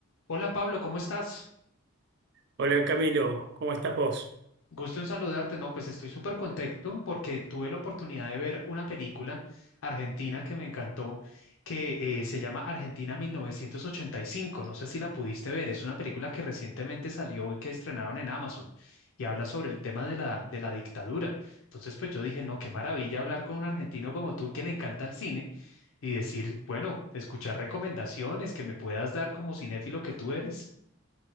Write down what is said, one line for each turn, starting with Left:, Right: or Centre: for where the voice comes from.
Left: Hola Pablo, ¿cómo estás?
Right: Hola Camilo, ¿cómo estás vos?
Left: Gusto en saludarte. No, pues estoy súper contento porque tuve la oportunidad de ver una película argentina que me encantó, que eh, se llama Argentina mil novecientos ochenta y cinco. No sé si la pudiste ver. Es una película que recientemente salió y que estrenaron en Amazon y habla sobre el tema de la, de la dictadura. Entonces, pues yo dije, no, qué maravilla hablar con un argentino como tú que le encanta el cine y decir, bueno, escuchar recomendaciones que me puedas dar como cinéfilo que tú eres.